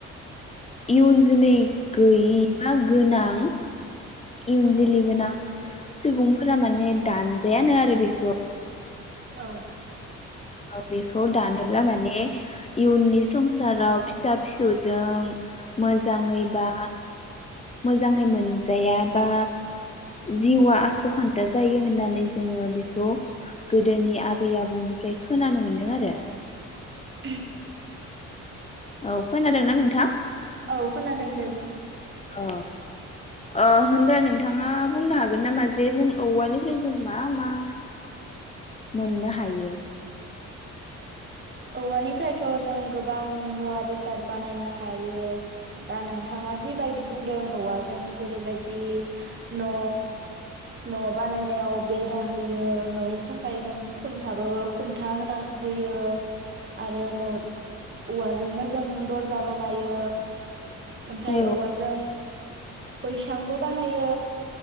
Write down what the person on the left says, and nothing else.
इयुन जोलै गैयि बा गोनां इयुन
जलि गोनां सुबुंफोरा माने दानजायानो आरो बेखौ
बेखौ दानोब्ला माने इयुननि संसाराव फिसा फिसौजों मोजाङैबा मोजाङै मोनजाया बा जिउआ आसखान्था जायो होननानै जोङो बेखौ गोदोनि आबै आबौनि ओमफ्राय खोनानो मोनदों आरो
औ खोनादोंना नोंथां?
अ अ होनब्ला नोंथाङा बुंनो हागोन नामा जे जों औवानिफ्राय जों मा मा मोननो हायो?
औ